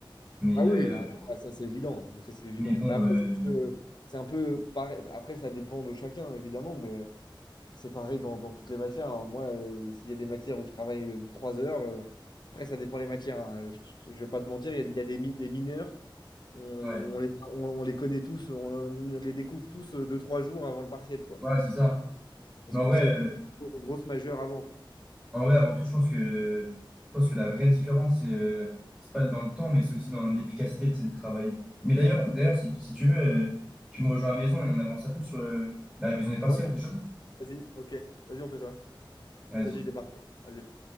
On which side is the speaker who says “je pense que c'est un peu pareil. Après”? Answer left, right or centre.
Left